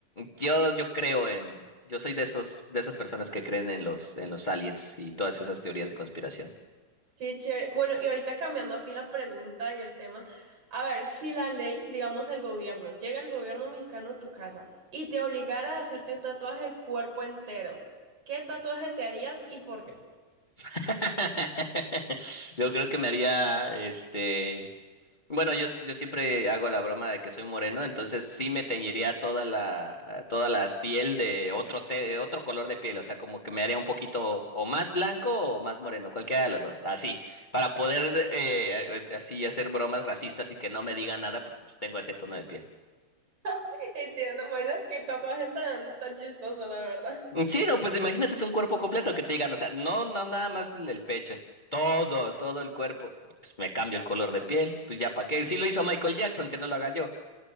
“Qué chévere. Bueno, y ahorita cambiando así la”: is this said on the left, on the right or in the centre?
Right